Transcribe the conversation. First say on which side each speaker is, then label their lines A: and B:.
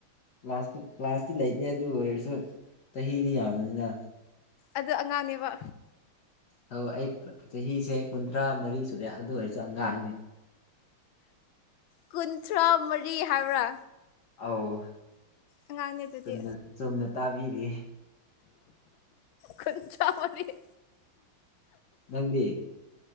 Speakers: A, on the left; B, on the left.
A: ꯀ꯭ꯂꯥꯁꯇ ꯀ꯭ꯂꯥꯁꯇꯤ ꯂꯩꯇꯦ ꯑꯗꯨ ꯑꯗꯨ ꯑꯣꯏꯔꯁꯨ ꯆꯍꯤꯗꯤ ꯌꯥꯝꯕꯅꯤꯅ
B: ꯑꯗꯨ ꯑꯉꯥꯡꯅꯦꯕ
A: ꯍ ꯑꯩ ꯆꯍꯤꯁꯦ ꯀꯨꯟꯊ꯭ꯔꯥ ꯃꯔꯤ ꯁꯨꯔꯦ ꯑꯗꯨ ꯑꯣꯏꯔꯁꯨ ꯑꯉꯥꯡꯅꯦ
B: ꯀꯨꯟꯊ꯭ꯔꯥ ꯃꯔꯤ ꯍꯥꯏꯕ꯭ꯔꯥ
A: ꯑꯧ
B: ꯑꯉꯥꯡꯅꯦ ꯑꯗꯨꯗꯤ
A: ꯆ ꯆꯨꯝꯅ ꯇꯥꯕꯤꯔꯤ
B: ꯀ ꯆ ꯑꯃꯅꯤꯅꯤ
A: ꯅꯗꯤ